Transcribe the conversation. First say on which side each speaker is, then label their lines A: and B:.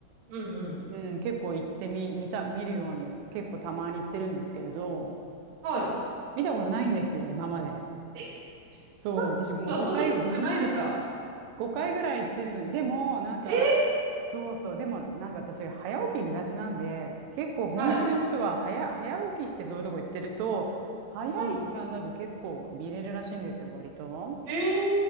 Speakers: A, on the right; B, on the right.
A: うん、うん。
B: うん、結構行ってみ、見た、見るように、結構たまに行ってるんですけれど、
A: はい。
B: 見たことないんですよ、今まで。
A: え、
B: そう、
A: <laughs>
B: 私もう5回、
A: そそんなくないのか。
B: 5回ぐらい行ってるのに、でも、なんか、
A: え
B: そうそう、でも、なんか私、早起き苦手なんで、結構本気の人は早、
A: はい。
B: 早起きしてそういうとこ行ってると、早い時間だと結構見れるらしいんですよ、
A: うん。
B: 割と。
A: ええ